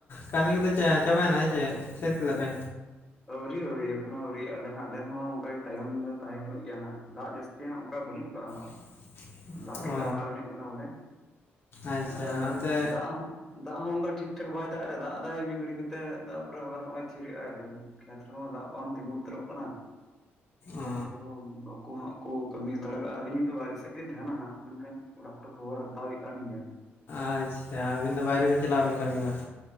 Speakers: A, on the left; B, in the centre.
A: ᱠᱟᱹᱢᱤ ᱠᱚᱫᱚ ᱪᱮ ᱪᱟᱵᱟᱭᱮᱱᱟ ᱦᱮᱸ ᱪᱮ ᱥᱟᱹᱛ ᱠᱮᱫᱟᱯᱮ
B: ᱟᱹᱣᱨᱤ ᱟᱹᱣᱨᱤ ᱮᱠᱷᱚᱱᱚ ᱟᱹᱣᱨᱤᱭᱟᱜᱼᱟ ᱞᱮ ᱦᱟᱸᱜ ᱟᱞᱮ ᱦᱚᱸ ᱚᱱᱠᱟ ᱜᱮ ᱛᱟᱭᱚᱢ ᱫᱚ ᱛᱟᱭᱚᱢ ᱦᱩᱭᱩᱜ ᱜᱮᱭᱟ ᱦᱟᱸᱜ ᱫᱟᱜ ᱡᱟᱹᱥ ᱱᱚᱛᱮ ᱦᱟᱸᱜ ᱚᱱᱠᱟ ᱵᱟᱹᱱᱩᱜ ᱠᱟᱜᱼᱟ। ᱦᱟᱸᱜ
A: <inaudible>
B: ᱫᱟᱜ ᱛᱮᱜᱮ
A: ᱚ
B: ᱞᱮ ᱟᱠᱟᱞ ᱧᱚᱜ ᱠᱟᱱᱟ ᱵᱚᱞᱮ
A: ᱟᱪᱪᱷᱟ
B: ᱮᱸ ᱫᱟᱜ
A: ᱚᱱᱛᱮ
B: ᱫᱟᱜ ᱦᱚᱸ ᱫᱟᱜ ᱦᱚᱸ ᱚᱱᱠᱟ ᱴᱷᱤᱠ ᱴᱷᱟᱠ ᱵᱟᱭ ᱫᱟᱜ ᱮ ᱫᱟᱜ ᱫᱟᱭ ᱢᱤᱫ ᱜᱷᱟᱹᱲᱤ ᱠᱟᱛᱮ ᱛᱟᱯᱚᱨᱮ ᱟᱵᱟᱨ ᱱᱚᱜᱼᱚᱭ ᱛᱷᱤᱨᱮᱜᱼ ᱟᱭ ᱠᱷᱮᱛ ᱨᱮᱦᱚᱸ ᱫᱟᱜ ᱵᱟᱝ ᱛᱤᱸᱜᱩ ᱩᱛᱟᱹᱨᱚᱜ ᱠᱟᱱᱟ
A: ᱚ
B: ᱛᱟᱞᱮ ᱜᱚᱢ ᱵᱟᱹᱠᱩ ᱦᱟᱸᱜ ᱠᱚ ᱠᱟᱹᱢᱤ ᱦᱟᱛᱟᱲ ᱠᱟᱜᱼᱟ ᱟᱹᱞᱤᱧ ᱦᱚᱸᱛᱚ ᱵᱟᱦᱨᱮ ᱥᱮᱫ ᱞᱤᱧ ᱛᱟᱦᱮᱱᱟ ᱦᱟᱸᱜ ᱢᱮᱱᱠᱷᱟᱱ ᱚᱲᱟᱜ ᱠᱚᱨᱮ ᱠᱷᱚᱵᱚᱨ ᱦᱟᱛᱟᱣ ᱦᱩᱭᱩᱜ ᱠᱟᱱ ᱜᱮᱭᱟ᱾
A: ᱟᱪᱪᱷᱟ ᱟᱹᱵᱤᱱ ᱫᱚ ᱵᱟᱦᱨᱮ ᱵᱤᱱ ᱪᱟᱞᱟᱣ ᱠᱟᱱᱟ ᱠᱟᱹᱢᱤ ᱵᱟᱝ?